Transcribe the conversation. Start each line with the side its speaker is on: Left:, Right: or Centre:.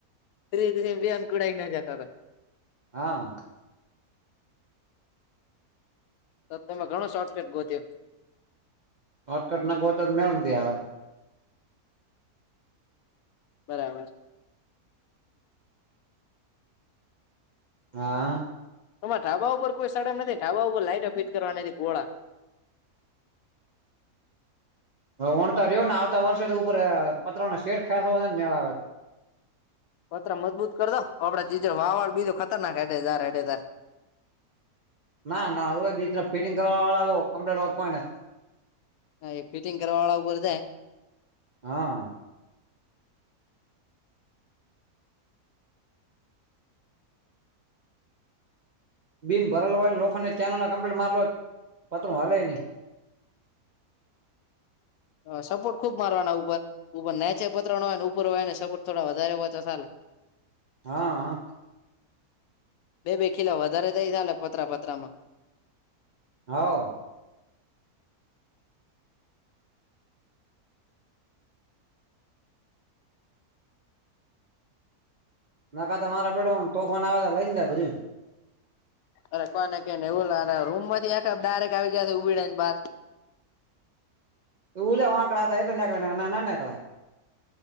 Left: બેસી બેસી અનકુડાઈ ને જતાતા.
Right: હા.
Left: તો તમે ઘણો શોર્ટકટ ગોત્યું.
Right: શોર્ટકટ ન ગોતો તો મેડ ક્યાંથી આવે.
Left: બરાબર.
Right: હા.
Left: તમારે ઢાબા ઉપર કોઈ સડમ નથી ઢાબા ઉપર લાઈટ ફીટ કરવાના નથી ગોળા.
Right: હવે વણતા રહ્યો ને આવતા વર્ષે તો ઉપર પતરા ઉપર નો શેઠ ખાને મેળ આવે.
Left: પતરા મજબૂત કરી દો આપડા ચીજર વાળ બીધું ખતરનાક હેડે જા હેડે જા.
Right: ના ના હવે ફિટિંગ કરવા વાળા કમ્લેટત હોયને.
Left: હ એ ફિટિંગ કરવાવાળા ઉપર.
Right: હા. બીમ ભરલ હોયને લોકોખ ને માર પત્રું હા નઈ.
Left: હ, સપોર્ટ ખુબ મારના ઉપર ઉપર નેચે પતરા હોય ઉપર હોય ને સપોર્ટ થોડા વધારે હોછ સલે.
Right: હા.
Left: બે બે કિલા વધારે દઈ ચાલે પતરા પતરા માં.
Right: હા. ના કતા તમારે બેડો તોફાન આવે તો લઈને જાય બધું.
Left: અરે કોઈને એવું રૂમ માંથી ડાયરેક આવી જશે ઉડા ને બાર.
Right: ઉલે વાવાકડા હતા એટલે નેક નાનેકળ.